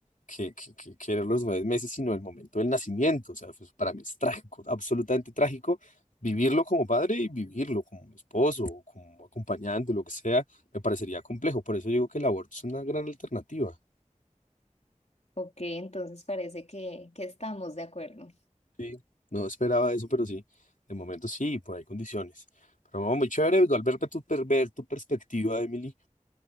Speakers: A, on the left; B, on the left.
A: que, que, que- que eran los nueve meses, sino el momento del nacimiento. O sea, pues, para mí es trágico, absolutamente trágico vivirlo como padre y vivirlo como esposo, o como acompañante, lo que sea, me parecería complejo. Por eso digo que el aborto es una gran alternativa.
B: Ok, entonces parece que, que estamos de acuerdo.
A: Sí. No esperaba eso, pero sí, de momento sí, por ahí condiciones. Pero no, muy chévere, igual ver tu, per- ver tu perspectiva, Emily,